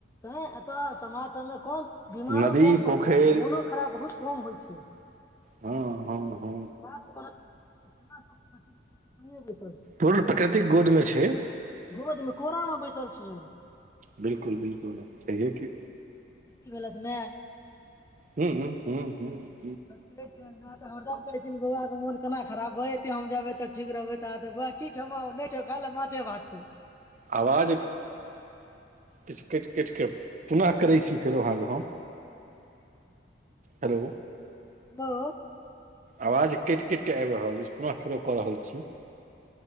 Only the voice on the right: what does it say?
नदी
पोखरि
हँ हँ हँ
पूर्ण प्राकृतिक गोदमे छै
बिलकुल बिलकुल छहिये की
हू हू हू हू
आवाज किछु काटि काटि क पुनः करै छी फेरो अहाँ के हम
हेलो
आवाज कटि कटि कऽ आबि रहल अछि पुनः फेरो क रहल छी